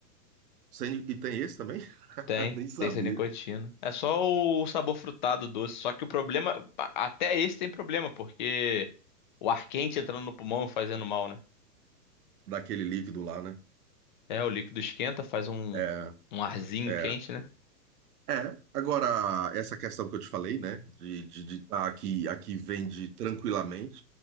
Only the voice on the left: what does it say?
Tem,
tem sem nicotina. É só o sabor frutado doce. Só que o problema, a- até esse tem problema, porque o ar quente entrando no pulmão e fazendo mal, né?
É, o líquido esquenta, faz um,
um arzinho
quente, né?